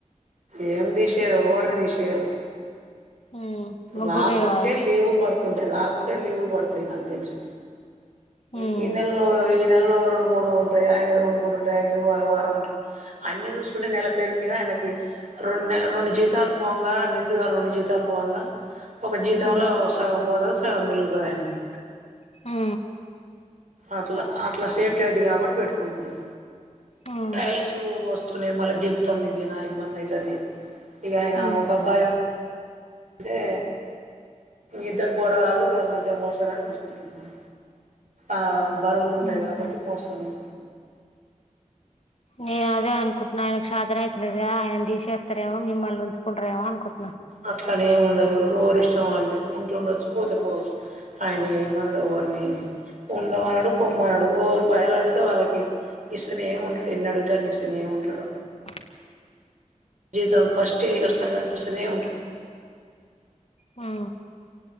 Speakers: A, on the right (about 75°); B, on the left (about 55°).
A: ఏం తీసేయారు ఏవర్ని తీసేయారు
B: ఉమ్ ముగ్గురు
A: రాకుంటే
B: కావాలి
A: లేవులు పడుతుంటాయి రాకు ఉంటే లేవులు పడతాయి నాక్ తెలిసి
B: ఉమ్
A: గీ నేలలు నెలలో రెండు మూడు ఉంటాయి అయినాయి రెండు మూడు ఉంటాయి ఆయన వారం ఉంటాయి అన్ని చూసుకుంటే నెల పేరు మీదయిన కి రెం రెండు జీతాలు పోంగా నిండుగా రెండు జీతాలు పోవంగా ఒక జీతంలో
B: ఉమ్
A: సగం పోతది సగం మిలుగుతది ఆయనకి
B: హు
A: అట్లా అట్లా సేఫ్టీ అయిది కాబట్టి పెట్టుకుంటుండు
B: ఉమ్
A: టైల్స్ వస్ నే మళ్ళా దింపుతందుకుగిన ఇబ్బంది అయితది ఇగ ఆయన
B: ఉమ్
A: ఒక అబ్బాయి ఓస్ స్తే ఇద్దరు పోరగాళ్ళు మంచం మోస్తారా అని అనుకుంటుడు ఆ బరువులు
B: ఉహు
A: ఉంటాయి కాబట్టి మోస్తాము
B: నేను అదే అనుకుంటన్నా ఆయనకి ఛాతనా అయితలేదుగా ఆయననీ తీసేస్తే ఏమో మిమ్మల్ని ఉంచుకుంటరేమో అనుకుంటున్నా
A: అట్లనే ఏమి ఉండదు ఎవరి ఇష్టం వాళ్ల్ది ఉంటుండొచ్చు పోతే పోవచ్చు ఆయన ఏం మనడు ఎవరిని ఉండన్నాడు పోమ్మన్నాడు ఎవరు పైసలు అడుగుతే వాళ్ళకి ఇస్సనే ఉంటాడు ఎన్ని అడుగుతే అన్ని ఇస్తనే ఉంటాడు
B: ఆ
A: అ జీతాను ఫస్టే ఇక్కడ సాగని ఇస్తానే ఉంటడు
B: హా